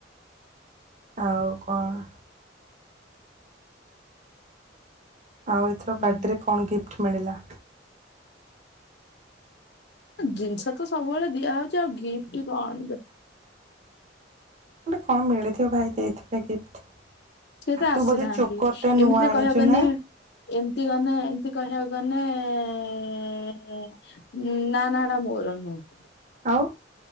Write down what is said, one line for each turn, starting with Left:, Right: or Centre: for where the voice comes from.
Right: ଆଉ କଣ? ଆଉ ଏଥର ବାର୍ଡେରେ
Left: ହୁଁ।
Right: କଣ ଗିଫ୍ଟ ମିଳିଲା?
Left: ଜିନିଷ ତ ସବୁବେଳେ ଦିଆ ହଉଛି ଆଉ ଗିଫ୍ଟ କଣ?
Right: ଗୋଟେ କଣ ମିଳିଥିବ ଭାଇ ଦେଇଥିବେ ଗିଫ୍ଟ
Left: ସିଏ ତ
Right: ତୁ
Left: ଆସିନାହାନ୍ତି,
Right: ବୋଧେ ଚୋକର ଟା ନୂଆ
Left: ଏମିତିରେ
Right: ଆଣିଛୁ
Left: କହିବାକୁ ଗଲେ
Right: ନା
Left: ଏମିତି ଗଲେ ଏମିତି କହିବାକୁ ଗଲେ ଏ ହୁଁ ନା, ନା, ନା ମୋର ନୁହେ।
Right: ଆଉ